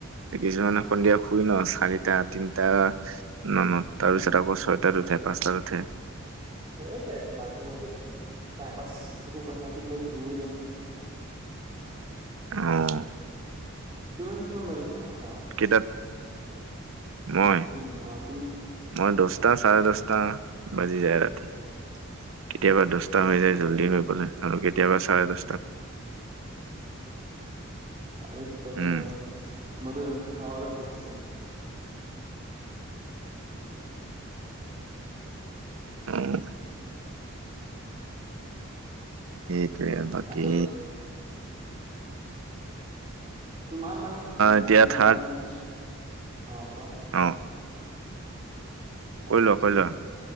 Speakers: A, on the right; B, on the right.
A: কিছুমান এ সন্ধিয়া শুই ন চাৰিটা তিনটা মানত তাৰপিছত আকৌ ছয়টাত উঠে পাঁচটাত উঠে
B: হয় যায় ট মাজে মাজে টাইম পাছ একো কৰে নাথাকিলে খুবেই যাম
A: আহ
B: তুমি কিমান বাজিন ভাত খাৱ
A: কেইটাত মই
B: তুমি অ তুমি
A: মই দহটা চাৰে দহটা বাজি যায় ৰাতি কেতিয়াবা দশটা
B: দছটা
A: হৈ
B: চাৰে
A: যায়
B: দছটা
A: জল্দি হৈ পলে আৰু কেতিয়াবা চাৰে দশটাত
B: আৰে তেতিয়া তোমাৰে
A: উম।
B: মত খাওৰ ও ফিক্স নাই <unintelligible> <unintelligible>
A: উ'।
B: <unintelligible>
A: উম'। তে বাকী
B: তাৰপিছত তোমাৰ মানে
A: এতিয়া
B: যেনে
A: থাৰ্ড
B: টাইমেচ অ কোৱা
A: অ' কৈ লোৱা কৈ লোৱা।